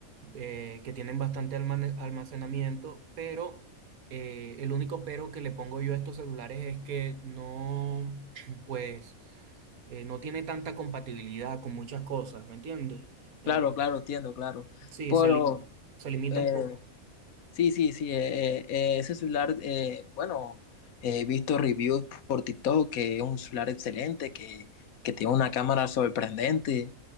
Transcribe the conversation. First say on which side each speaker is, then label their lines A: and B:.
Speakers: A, on the right; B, on the left.
A: eh, que tienen bastante almane- almacenamiento, pero eh, el único pero que le pongo yo a estos celulares es que no, <clears throat> pues, eh, no tiene tanta compatibilidad con muchas cosas, ¿me entiendes? Entonces,
B: Claro, claro, entiendo, claro.
A: sí,
B: Pero,
A: se, li- se limita
B: eh,
A: un poco.
B: Sí, sí, sí, eh, eh, eh, ese celular, eh, bueno, he visto reviews por TikTok que es un celular excelente, que, que tiene una cámara sorprendente,